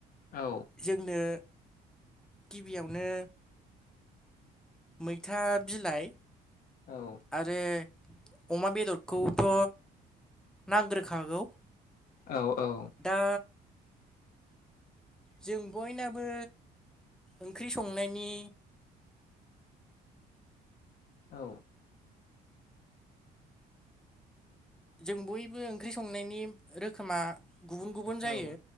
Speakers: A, on the left; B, in the centre.
A: औ
B: जोंनो गिबियावनो। मैथा बिलाइ।
A: औ
B: आरो अमा बेदरखौथ' नांग्रोखागौ।
A: औ औ।
B: दा जों बयनाबो ओंख्रि संनायनि‌।
A: औ।
B: जों बयबो ओंख्रि संनायनि रोखोमा। गुबुन गुबुन जायो
A: औ